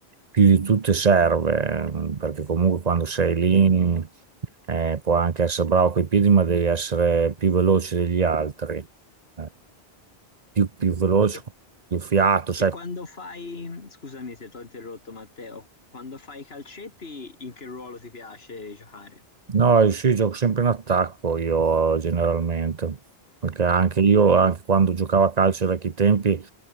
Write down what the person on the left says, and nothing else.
E,
e quando fai, scusami se ti ho interrotto Matteo, quando fai i calcetti in che ruolo ti piace giocare?